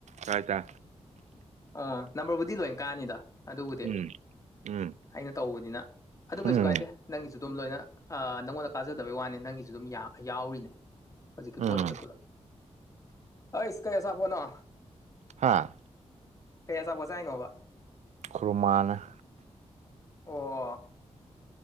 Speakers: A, on the right (about 85°); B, on the left (about 30°).
A: ꯀꯥꯢꯗ
B: ꯑꯥ ꯅꯝꯕꯔꯕꯨꯗꯤ ꯂꯣꯏ ꯀꯥꯅꯤꯗ ꯑꯗꯨꯕꯨꯗꯤ
A: ꯎꯝ ꯎꯝ
B: ꯑꯩꯅ ꯇꯧꯕꯅꯤꯅ ꯑꯗꯨ
A: ꯎꯝ
B: ꯀꯩꯁꯨ ꯀꯥꯏꯗꯦ ꯅꯪꯒꯤꯁꯨ ꯑꯗꯨꯝ ꯂꯣꯏꯅ ꯑꯥ ꯅꯪꯉꯣꯟꯗ ꯀꯥꯖꯗꯕꯩ ꯋꯥꯅꯤ ꯅꯪꯒꯤꯁꯨ ꯑꯗꯨꯝ ꯌꯥꯝ ꯌꯥꯎꯔꯤꯅꯦ ꯍꯧꯖꯤꯛꯀꯤ
A: ꯎꯝ
B: ꯄꯣꯠꯇꯨꯗ ꯄꯨꯂꯞ ꯑꯩꯁ ꯀꯩ ꯑꯆꯥꯄꯣꯠꯅꯣ
A: ꯍꯥꯥ
B: ꯀꯩ ꯑꯆꯥꯄꯣꯠ ꯆꯥꯏꯅꯣꯕꯥ
A: ꯈꯨꯔꯨꯃꯥꯟ <inaudible> <unintelligible>
B: ꯑꯣ